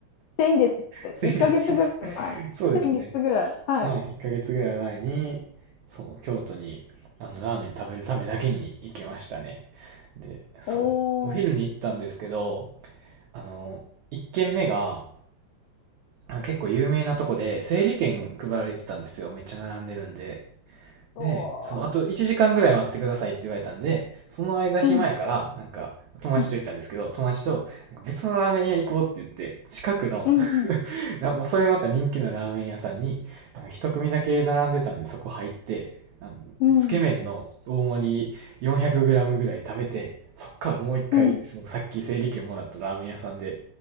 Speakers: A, on the left (about 80°); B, on the right (about 85°).
A: 先月、
B: 先月
A: 1ヶ月ぐらい前。
B: <laughs> そうですね。
A: 先月ぐらい。はい。
B: はい。1ヶ月ぐらい前に、そう、京都に、あの、ラーメン食べるためだけに行きましたね。で、そう、
A: おー、
B: お昼に行ったんですけど、あの、1軒目が、あの結構有名なとこで、整理券配られてたんですよ。めっちゃ並んでるんで。
A: お
B: で、そう、
A: ー
B: あと1時間ぐらい待ってくださいって言われたんで、その間暇やから、
A: うん、
B: なんか、友達と行ったんですけど、
A: うん、
B: 友達と、なんか別のラーメン屋行こうって言って、近くの
A: うん、うん、
B: <laughs> な、まあ、それまた人気のラーメン屋さんに、なんか一組だけ並んでたんで、そこ入って、あの、
A: うん。
B: つけ麺の大盛り 400g ぐらい食べて、そっからもう一回、
A: うん
B: そのさっき整理券もらったラーメン屋さんで